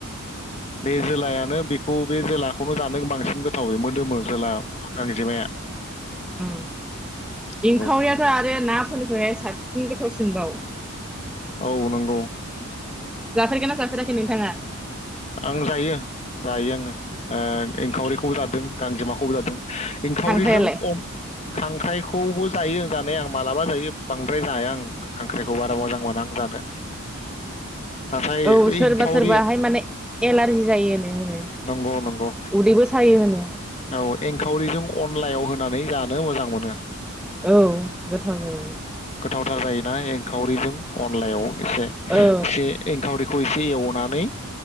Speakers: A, on the left; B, in the centre.
A: बे जोलायानो बेखौ बे जोलाखौनो जानो बांसिन गोथाव बे मोदोमो जोला गांजेमाया।
B: औ
A: नंगौ
B: एंखावरियाथ' आरो ना फोरनिफ्राय साबसिन गोथावसिनबाव।
A: औ नोंगौ।
B: जाफेरगोना जाफेराखै नोंथाङा।
A: आं जायो जायो आङो ओ एंखावरिखौबो जादों गांजेमाखौबो जादों। एंखावरिजों
B: खांख्रायालाय
A: खांख्राइ खौबो जायो जानाया आं मालाबा जायो बांद्राय जाया आं खांख्राइखौ बारा मोजां मोना आं जानो। नाथाय
B: औ सोरबा
A: एंखावरि
B: सोरबाहाय माने एलारजि जायोनो होनो
A: नंगौ नंगौ
B: उदैबो सायो होनो
A: औ एंखावरिजों अनलायाव होनानै जानो मोजां मोनो।
B: औ गोथाव जायो
A: गोथावथार जायोना एंखावरिजों। अनलायाव एसे
B: औ
A: एसे एंखावरिखौ एसे एवनानै